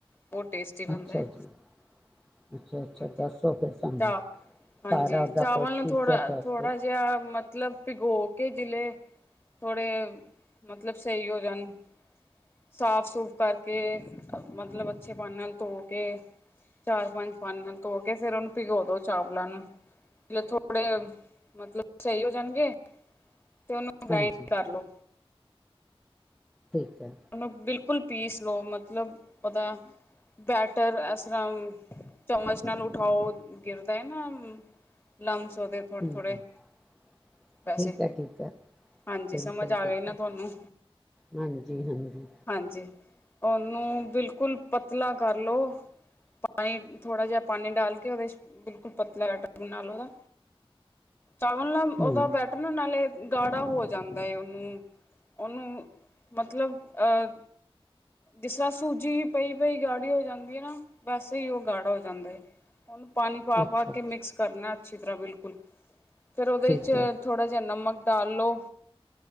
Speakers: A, on the left; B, in the centre.
A: ਬਹੁਤ ਟੇਸਟੀ ਬਣਦਾ
B: ਅੱਛਾ
A: ਏ।
B: ਜੀ ਅੱਛਾ ਅੱਛਾ
A: ਹਾਂਜੀ
B: ਦੱਸੋ ਫਿਰ ਸਾਨੂੰ
A: ਚਾ ਹਾਂਜੀ
B: ਸਾਰਾ ਉਹਦਾ
A: ਚਾਵਲ
B: ਪ੍ਰੋਸੀਜਰ
A: ਨੂੰ ਥੋੜਾ,
B: ਦੱਸ
A: ਥੋੜਾ
B: ਦਿਓ
A: ਜਿਹਾ ਮਤ ਮਤਲਬ ਭਿਗੋ ਕੇ ਜਿਲੇ ਥੋੜ੍ਹੇ ਮਤਲਬ ਸਹੀ ਹੋ ਜਾਣ ਸਾਫ-ਸੂਫ ਕਰਕੇ ਮਤਲਬ ਅੱਛੇ ਪਾਣੀ ਨਾਲ ਧੋ ਕੇ ਚਾਰ ਪੰਜ ਪਾਣੀ ਨਾਲ ਧੋ ਕੇ ਫੇਰ ਉਹਨੂੰ ਭਿਗੋ ਦੋ ਚਾਵਲਾਂ ਨੂੰ ਲੈ ਥੋ ਪੜੇ ਮਤਲਬ ਸਹੀ ਹੋ ਜਾਣਗੇ। ਤੇ ਉਹਨੂੰ ਗ੍ਰੈਂਡ
B: ਹਾਂਜੀ
A: ਕਰਲੋ।
B: ਠੀਕ ਹੈ।
A: ਉਹਨੂੰ ਬਿਲਕੁਲ ਪੀਸ ਲਓ। ਮਤਲਬ ਉਹਦਾ ਬੈਟਰ, ਇਸ ਤਰ੍ਹਾਂ ਚਮਚ ਨਾਲ ਉਠਾਓ ਗਿਰਦਾ ਹੈ, ਨਾ ਲਮਸ। ਉਹਦੇ ਥੋੜੇ
B: ਹਮ-ਠੀਕ
A: ਥੋੜੇ ਵੈਸੇ
B: ਹੈ, ਠੀਕ ਹੈ।
A: ਹਾਂਜੀ
B: ਬਿਲਕੁਲ
A: ਸਮਝ ਆ
B: ਠੀਕ
A: ਗਈ ਨਾ
B: ਹੈ।
A: ਤੁਹਾਨੂੰ
B: ਹਾਂਜੀ-ਹਾਂਜੀ
A: ਹਾਂਜੀ, ਉਹਨੂੰ ਬਿਲਕੁਲ ਪਤਲਾ ਕਰ ਲਉ ਪਾਣੀ ਥੋੜ੍ਹਾ ਜਿਹਾ ਪਾਣੀ ਡਾਲ ਕੇ ਉਹਦੇ ਚ ਬਿਲਕੁਲ ਪਤਲਾ ਬੈਟਰ ਬਣਾ ਲਓ। ਚਾਵਲ ਨਾਲ ਉਹਦਾ
B: ਹੂੰ
A: ਬੈਟਰ ਨਾ ਨਾਲੇ ਗਾੜਾ ਹੋ ਜਾਂਦਾ ਹੈ। ਉਹਨੂੰ-ਉਹਨੂੰ ਮਤਲਬ ਅਹ, ਜਿਸ ਤਰ੍ਹਾਂ ਸੂਜੀ ਪਈ-ਪਈ ਗਾੜੀ ਹੋ ਜਾਂਦੀ ਹੈ। ਨਾ ਵੈਸੇ ਹੀ ਉਹ ਗਾੜਾ ਹੋ ਜਾਂਦਾ ਹੈ। ਉਹਨੂੰ ਪਾਣੀ ਪਾ-ਪਾ
B: ਅੱਛਾ ਅੱਛਾ
A: ਕੇ ਮਿਕਸ ਕਰਨਾ। ਅੱਛੀ ਤਰ੍ਹਾਂ ਬਿਲਕੁਲ ਫਿਰ ਉਹਦੇ
B: ਠੀਕ
A: ਵਿੱਚ
B: ਹੈ
A: ਥੋੜਾ ਜਿਹਾ ਨਮਕ ਡਾਲੋ